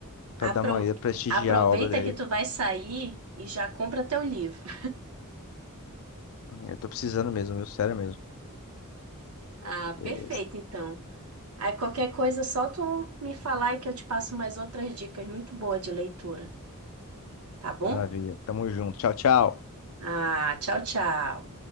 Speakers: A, on the left; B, on the right.
A: pra
B: Apro-
A: dar uma ida, prestigiar
B: aproveita
A: a obra dele.
B: que tu vai sair e já compra teu livro.
A: Eu tô precisando mesmo, viu? Sério mesmo.
B: Ah, perfeito,
A: Beleza.
B: então. Aí qualquer coisa, só tu me falar e que eu te passo mais outras dicas muito boas de leitura, tá bom?
A: Maravilha. Tamo junto. Tchau, tchau.
B: Ah, tchau, tchau.